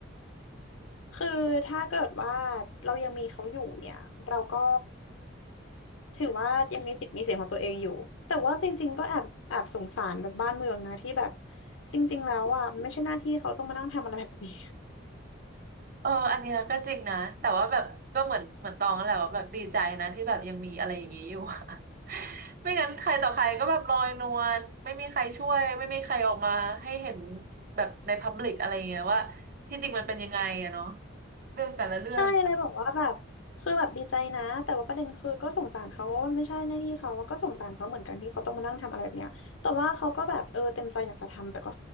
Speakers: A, on the left; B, on the right.
A: คือถ้าเกิดว่าเรายังมีเขาอยู่เนี่ยเราก็ถือว่ายังมีสิทธิ์มีเสียงของตัวเองอยู่แต่ว่าจริงๆก็แอบแอบสงสารแบบบ้านเมืองนะที่แบบจริงๆแล้วอ่ะไม่ใช่หน้าที่เขาต้องมานั่งทำอะไรแบบนี้
B: เอออันเนี้ยก็จริงนะแต่ว่าแบบก็เหมือนเหมือนตองนั่นแหละว่าแบบดีใจนะที่แบบยังมีอะไรอย่างนี้อยู่ <laughs> ไม่งั้นใครต่อใครก็แบบลอยนวลไม่มีใครช่วยไม่มีใครออกมาให้เห็นแบบในพับลิกอะไรเงี้ยว่าที่จริงมันเป็นยังไงอะเนาะเรื่องแต่ละเรื่อง
A: ใช่เลยบอกว่าแบบคือแบบดีใจนะแต่ว่าประเด็นคือก็สงสารเขาว่ามันไม่ใช่หน้าที่เขาแล้วก็สงสารเขาเหมือนกันที่เขาต้องมานั่งทำอะไรแบบเนี้ยแต่ว่าเขาก็แบบเออเต็มใจอยากจะทำแต่ก็